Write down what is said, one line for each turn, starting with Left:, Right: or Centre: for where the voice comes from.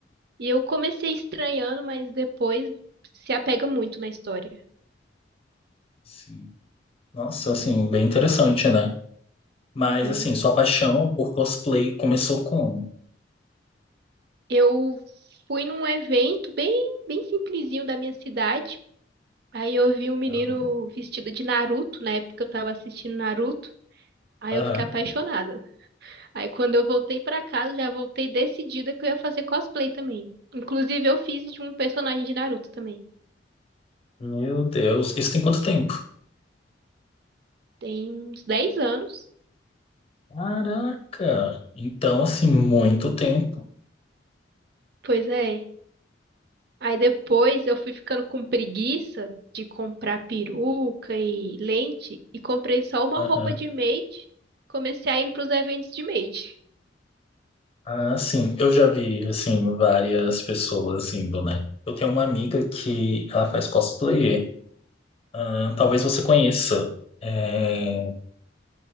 Right: E eu comecei estranhando, mas depois se apega muito na história.
Left: sim. Nossa, assim, bem interessante, né? Mas
Right: Uhum.
Left: assim, sua paixão por cosplay começou como?
Right: Eu fui num evento bem, bem simplesinho da minha cidade. Aí eu vi um menino
Left: Aham,
Right: vestido de Naruto, na época eu tava assistindo Naruto. Aí
Left: aham.
Right: eu fiquei apaixonada. Aí quando eu voltei pra casa, já voltei decidida que eu ia fazer cosplay também. Inclusive, eu fiz de um personagem de Naruto também.
Left: Meu Deus, isso tem quanto tempo?
Right: Tem uns dez anos.
Left: Caraca! Então, assim, muito tempo.
Right: Pois é. Aí depois eu fui ficando com preguiça de comprar peruca e lente e comprei só uma
Left: Aham.
Right: roupa de maid. Comecei a ir pros eventos de maid.
Left: Ah, sim, eu já vi, assim, várias pessoas indo, né? Eu tenho uma amiga que ela faz cosplay. Ah, talvez você conheça. É,